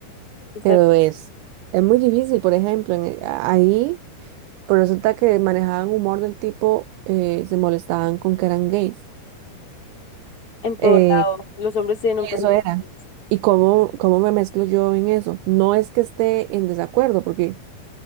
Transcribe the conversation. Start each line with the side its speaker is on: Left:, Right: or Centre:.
Left: o sea,
Right: pero es, es muy difícil, por ejemplo, en, e- a- ahí pues resulta que manejaban humor del tipo, eh, se molestaban con que eran gays.
Left: en todo
Right: eh,
Left: lado, los hombres tienen
Right: y
Left: un problema
Right: eso era.
Left: con eso.
Right: ¿Y cómo, cómo me mezclo yo en eso? No es que esté en desacuerdo, porque...